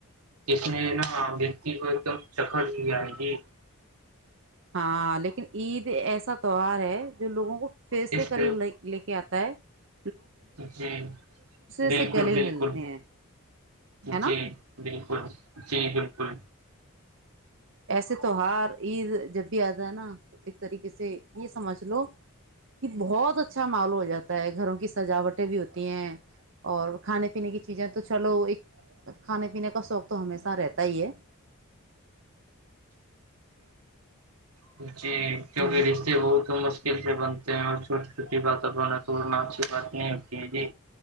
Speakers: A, on the right; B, on the right.
A: جس میں نا دیکتی کو ایک دم چکر ل آئے گی
B: ہاں لیکن عید ایسا تہوار ہے جو لوگوں کو پ سے
A: اس
B: قریب
A: پہ
B: ل لے کے آتا ت <unintelligible>
A: جی بالکل
B: سے گلے
A: بالکل
B: ملتے ہیں ہے نا
A: جی بالکل جی بالکل
B: ایسے تیوار عید جب بھی آتا ہے نا تو ایک طریقے سے یہ سمجھ لو کہ بہت اچھا اچھا محول ہواتا ہے گھروں کی سجاوٹ ٹیں بھی ہوتی ہیں اور کھانے پینے کی چیزیں تو چلو ایک کھانے پینے کا شوق تو ہمیشہ رہتا ہی ہے
A: ہوں <unintelligible> جی کیوںکہ
B: ہوں
A: رشتے بہت م سے بنتے ہیں اور چوٹی چھوٹی باتور تو میں اچھی بات نہیں ہوتی ہے جی